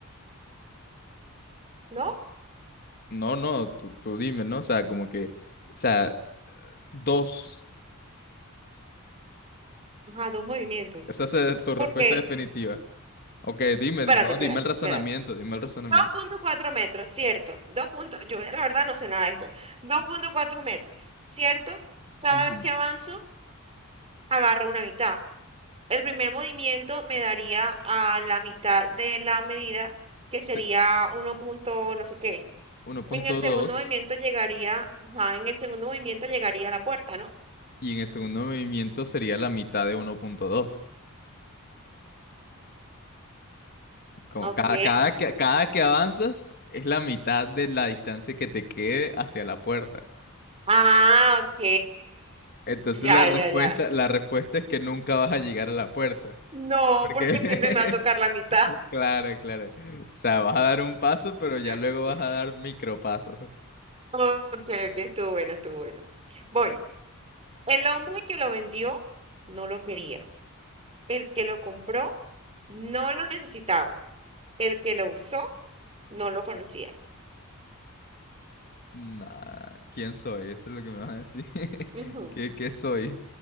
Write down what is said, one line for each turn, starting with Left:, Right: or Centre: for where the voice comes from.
Right: ¿No?
Left: No, no, tú, tú dime, ¿no? O sea, como que, o sea, dos.
Right: Ajá, dos movimientos.
Left: Esa es tu
Right: Porque,
Left: respuesta definitiva. Ok, dime,
Right: espérate,
Left: di- no,
Right: espérate,
Left: dime el razonamiento,
Right: espérate.
Left: dime el razonamiento.
Right: dos punto cuatro metros, ¿cierto? dos punto- yo la verdad no sé nada de esto. dos punto cuatro metros, ¿cierto? Cada
Left: Ujú.
Right: vez que avanzo, agarro una mitad. El primer movimiento me daría a la mitad de la medida, que
Left: Se-
Right: sería uno punto no sé qué.
Left: 1.2
Right: En el segundo movimiento llegaría, ajá, en el segundo movimiento llegaría a la puerta, ¿no?
Left: y en el segundo movimiento sería la mitad de 1.2. Como
Right: Ok.
Left: cada, cada que, cada que avanzas es la mitad de la distancia que te quede hacia la puerta.
Right: Ah, ok.
Left: Entonces
Right: Ya,
Left: la respuesta,
Right: ya, ya.
Left: la respuesta es que nunca vas a llegar a la puerta.
Right: No,
Left: ¿Por
Right: porque
Left: qué?
Right: siempre me va a tocar
Left: <laughs>
Right: la mitad.
Left: <laughs> Claro, claro. O sea, vas a dar un paso,
Right: <laughs>
Left: pero ya luego vas a dar micropasos. <laughs>
Right: Ok, ok, estuvo buena, estuvo buena. Voy. El hombre que lo vendió no lo quería. El que lo compró no lo necesitaba. El que lo usó no lo conocía.
Left: Nah, ¿quién soy? Eso es lo que me vas a decir. <laughs>
Right: Ujú.
Left: ¿Qué, qué soy?